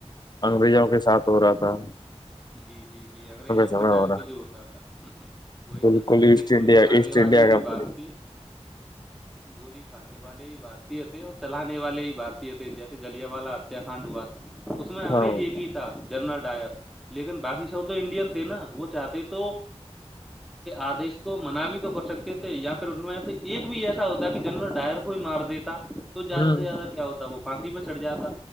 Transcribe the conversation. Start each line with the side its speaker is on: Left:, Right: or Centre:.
Left: انگریزوں کے ساتھ ہو رہا تھا
Centre: جی جی جی انگریزوں
Left: سمے
Centre: کے ٹائم
Left: ہو رہا
Centre: پہ جو ہوتا تھا ہ وہی
Left: بالکل
Centre: چل رہا ہے کہ
Left: ایسٹ
Centre: گولی
Left: انڈیا
Centre: کھانے
Left: ایسٹ
Centre: والے
Left: انڈیا
Centre: بھی
Left: کمپنی
Centre: بارتی گولی کھانے والے ہی بارتی تھے اور چلانے والے ہی بارتی تھے جیسے جلیا والا ہتیاکاننڈ ہوا تھا اس میں انگریز
Left: ہاں
Centre: ایک ہی تھا جنرل ڈائر لیکن باقی سب تو انڈین تھے نا وہ چاہتے تو آدیش کو منا بھی تو کر سکتے تھے یااں پھر ان میں سے ایک بھی ایسا ہوتا کہ جنرل ڈائر کوئی مار دیتے تو زیادہ
Left: ہ
Centre: سے زیادہ کیا ہوتا وہ پھانسی پہ چڑٹ جاتا